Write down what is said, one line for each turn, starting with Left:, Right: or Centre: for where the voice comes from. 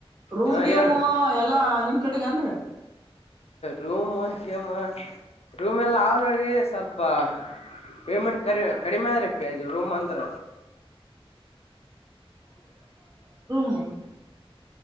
Right: ರೂಮ್
Left: ಹಾ
Right: ಗೇಮು
Left: ಹೇಳ್ರಿ
Right: ಎಲ್ಲಾ ನಿಮ್ ಕಡೆಗನ್ರರಿ
Left: ರೂಮ್ಮ್ಮ ರೂಮ್ ಎಲ್ಲ ಅವ ನೋಡ್ರಿ ಸ್ವಲ್ಪ ಪೇಮೆಂಟ್ ಕಮ ಕಡಿಮೆ ಆದ್ರಿ ಪ ರೂಮ್ ಅಂದ್ರ
Right: ಹ್ಮ <unintelligible>